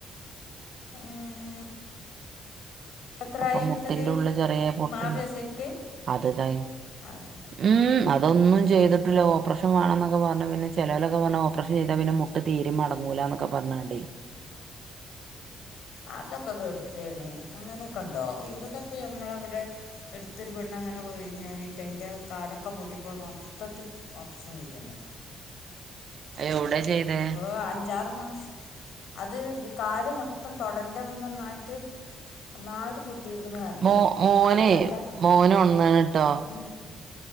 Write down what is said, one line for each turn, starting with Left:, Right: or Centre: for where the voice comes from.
Left: ഏഹ് എത്രായി
Right: അപ്പൊ
Left: എന്നിട്ടത്
Right: മുട്ടിന്റെ ഉള്ള് ചെറിയെ പൊട്ട്
Left: മാറിയോ
Right: ലും ഇണ്ട്
Left: ശരിക്ക്
Right: അതേതായി
Left: അത്
Right: ഉം അ അതൊന്നു
Left: ആഹ്
Right: ചെയ്യ്തിട്ടില്ല ഓപ്പറേഷ വേണോക്കെ പറഞ്ഞു പിന്നെ ചെലൊലക്കേ പറഞ്ഞ് ഓപ്പറേഷൻ ചെയ്യ്താൽ പിന്നെ മു തീര് മടങ്ങൂലന്നൊക്കെ പറഞ്ഞാണ്ടേ
Left: അതൊക്കെ വെറുതെ ല്ലേ അങ്ങനെയൊക്കെ ഉണ്ടോ ഇവിടപ്പ ഞമ്മടെ അവിടെ എടുത്തൊരു പെണ്ണ് അങ്ങനെ പോഴിഞ്ഞ് ആടിയിട്ട് അത്തിന്റെ കാല ഒക്കെ പൂട്ടിപ്പോവൻ മൊത്തത്ത് ഓപ്ഷൻ ഇത് തന്നെ
Right: <unintelligible> എവിടെ ചെയ്തേ
Left: ഇപ്പൊ അഞ്ചാറ് മാസ അത് കാല് മൊത്തം തൊടെന്റെ അവിടുന്ന് നന്നായിട്ട് നന്നായിട്ട് പൊ തീർന്നന്ന് പറഞ്ഞു
Right: മോ മോനെ
Left: എല്ല് ഒക്കെ
Right: മോന് ഒൺന്ന്ണ് ട്ടോ
Left: ഉം